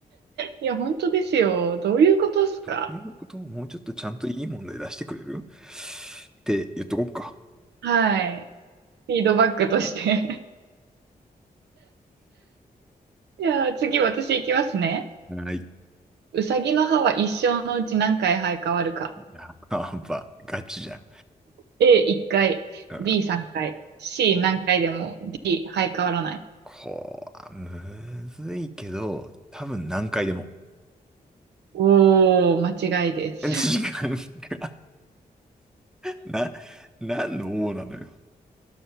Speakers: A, on the right (about 85°); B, in the centre.
A: いや、本当ですよ。どういうことですか
B: どういうこともうちょっとちゃんといい問題出してくれるって言っとこっか。
A: はい。フィードバックとしてじゃあ次私行きますね。
B: はい。
A: うさぎの歯は一生のうち何回生え変わるか。
B: やっぱ、ガチじゃん。
A: A1 回、
B: うん。
A: B3 回、C 何回でも D 生え変わらない。
B: こう、むずいけど、多分何回でも。
A: おー、間違いです。
B: <laughs> 時間が、な、何の王なのよ。